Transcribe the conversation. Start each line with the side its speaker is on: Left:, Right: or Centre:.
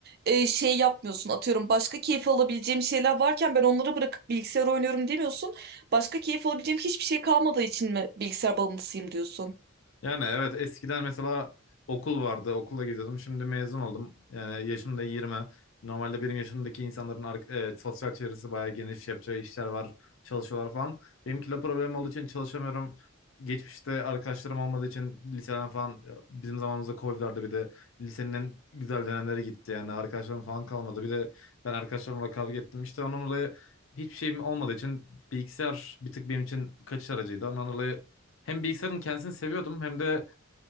Right: e, şey yapmıyorsun atıyorum başka keyif alabileceğim şeyler varken ben onları bırakıp bilgisayar oynuyorum demiyorsun. Başka keyif alabileceğim hiçbir şey kalmadığı için mi bilgisayar bağımlısıyım diyorsun?
Left: Yani evet eskiden mesela okul vardı. Okulla geziyordum. Şimdi mezun oldum. Yani yaşım da 20. Normalde benim yaşımdaki insanların ar- e, sosyal çevresi bayağı geniş. Yapacağı işler var. Çalışıyorlar falan. Benim kilo problemim olduğu için çalışamıyorum. Geçmişte arkadaşlarım olmadığı için liseden falan e, bizim zamanımızda Covid vardı. Bir de lisenin en güzel dönemleri gitti. Yani arkadaşlarım falan kalmadı. Bir de ben arkadaşlarımla kavga ettim. İşte onun dolayı hiçbir şeyim olmadığı için bilgisayar bir tık benim için kaçış aracıydı. Ondan dolayı hem bilgisayarın kendisini seviyordum hem de